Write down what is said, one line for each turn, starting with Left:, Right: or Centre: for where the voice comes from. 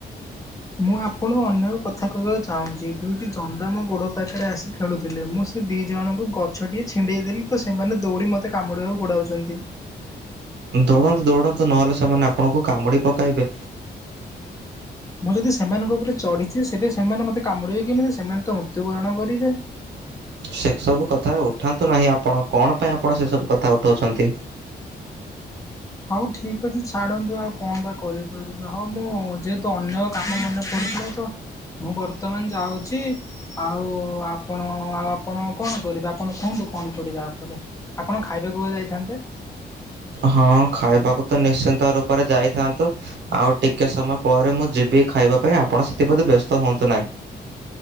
Left: ମୁଁ ଆପଣଙ୍କୁ ଅନ୍ୟ କଥା କହିବାକୁ ଚାହୁଁଛି ଦୁଇଟି ଜନ୍ଦା ମୋ ଗୋଡ ପାଖରେ ଆସି ଖେଳୁଥିଲେ। ମୁଁ ସେ ସେ ଦିଇ ଜଣଙ୍କୁ ଗଛ ଟିଏ ଛିଣ୍ଡେଇ ଦେଲି ତ ସେମାନେ ଦୌଡି ମତେ କାମୁଡିବାକୁ ଗୋଡାଉଛନ୍ତି।
Right: ଦୌଡନ୍ତୁ ଦୌଡନ୍ତୁ ନହେଲେ ସେମାନେ ଆପଣଙ୍କୁ କାମୁଡି ପକାଇବେ।
Left: ମୁଁ ଯଦି ସେମାନଙ୍କ ଉପରେ ଚଢ଼ିଛି, ସେବେ ସେମାନେ ମତେ କାମୁଡ଼ିବେ କେମିତି? ସେମାନେ ତ ମୃତ୍ୟୁବରଣ କରିବେ।
Right: ସେସବୁ କଥା ଉଠାନ୍ତୁ ନାହିଁ ଆପଣ। କଣପାଇଁ ଆପଣ ସେସବୁ କଥା ଉଠାଉଛନ୍ତି?
Left: ହୋଉ ଠିକ ଅଛି ଛାଡନ୍ତୁ ଆଉ କଣ ବା କରିପାରିବା ହୋଉ ମୁଁ ଯେ ତୁ ଅନ୍ୟ କାମ <inaudible> ମନେ ପଡୁଥିବ ତ ମୁଁ ବର୍ତ୍ତମାନ ଯାଉଚି ଆଉ ଆପଣ ଆଉ ଆପଣ କଣ କରିବେ ଆପଣ କୁହନ୍ତୁ? କଣ କରିବା ଆପରେ ଆପଣ ଖାଇବାକୁ ଯାଇଥାନ୍ତେ
Right: ହଁ ଖାଇବାକୁ ତ ନିଶ୍ଚିନ୍ତ ରୂପରେ ଯାଇଥାନ୍ତୁ। ଆଉ ଟିକେ ଟିକେ ସମୟ ପରେ ମୁଁ ଯିବି ଖାଇବା ପାଇଁ ଆପଣ ସେଥିପ୍ରତି ବ୍ୟସ୍ତ ହୁଅନ୍ତୁ ନାହିଁ।